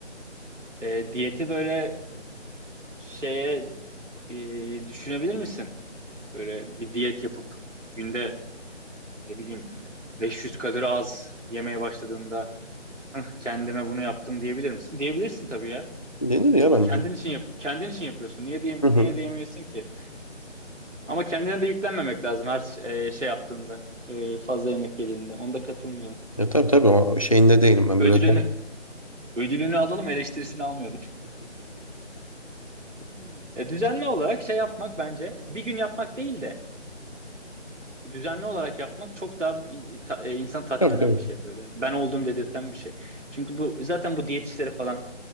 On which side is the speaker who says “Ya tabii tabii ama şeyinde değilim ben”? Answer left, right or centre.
Left